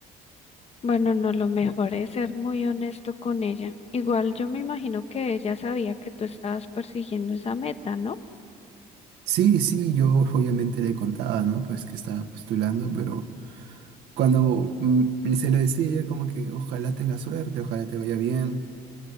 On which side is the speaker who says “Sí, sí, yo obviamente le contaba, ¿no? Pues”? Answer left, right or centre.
Right